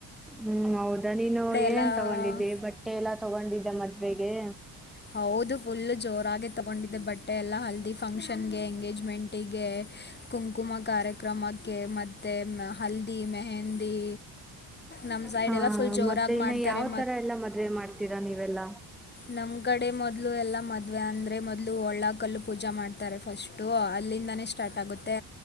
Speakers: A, in the centre; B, on the left.
A: ಹ್ಮ್ ಹೌದಾ ನೀನು ಏನೇನ್
B: ಎಲ್ಲ
A: ತಗೊಂಡಿದ್ದಿ ಬಟ್ಟೆ ಎಲ್ಲಾ ತಗೊಂಡಿದ್ದ ಮದ್ವೆಗೆ.
B: ಹೌದು ಫುಲ್ ಜೋರಾಗೆ ತಗೊಂಡಿದ್ದೆ ಬಟ್ಟೆ ಎಲ್ಲ ಹಲ್ದಿ ಫಂಕ್ಷನ್ಗೆ ಎಂಗೇಜ್ಮೆಂಟಿಗೆ ಕುಂಕುಮ ಕಾರ್ಯಕ್ರಮಕ್ಕೆ ಮತ್ತೆ ಹಲ್ದಿ ಮೆಹಂದಿ ನಮ್ಮ ಸೈಡೆಲ್ಲ
A: ಹಾ
B: ಫುಲ್ ಜೋರಾಗಿ
A: ಮತ್ತೆ ಇನ್ನ
B: ಮಾಡ್ತಾರೆ
A: ಯಾವ್ ತರ ಎಲ್ಲ ಮದ್ವೆ ಮಾಡ್ತೀರಾ ನೀವೆಲ್ಲ.
B: ನಮ ಗಡ್ ಎ ಮೊದ್ಲು ಎಲ್ಲ ಮದ್ವೆ ಅಂದ್ರೆ ಮೊದ್ಲು ಒಳ್ಳ ಕಲ್ಲು ಪೂಜಾ ಮಾಡ್ತಾರೆ ಫಸ್ಟ್ ಅಲ್ಲಿಂದಾನೆ ಸ್ ಸ್ಟಾರ್ಟ್ ಆಗುತ್ತೆ